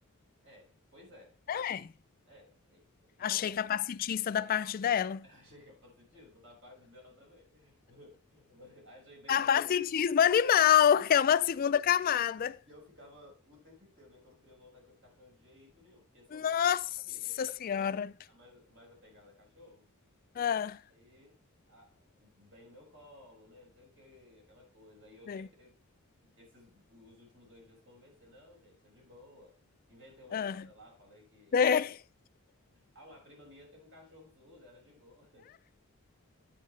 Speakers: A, on the right; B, on the left.
A: É, pois é.
B: é,
A: É, e- e- eu
B: achei capacitista da parte dela.
A: <laughs> achei capacitista da parte dela também. <laughs> Mas Achei bem
B: Capacitismo
A: capacitista.
B: animal, que é uma segunda camada.
A: E eu ficava o tempo inteiro, né? Que eu não queria voltar com esse cachorro de jeito nenhum, porque sobrava
B: Nossa
A: pra mim, né? Que eu
B: Senhora.
A: sou a mais, a mais, mais apegada a cachorro.
B: Ah,
A: Aí a- vem no meu colo, né? Não sei o quê, aquela coisa. Aí eu
B: sei,
A: tentei, esses, os últimos dois dias convencer. Não, gente, é de boa. Inventei uma
B: ah,
A: história lá, falei que.
B: sei.
A: Ah, uma prima minha teve um cachorro surdo, era de boa. <laughs>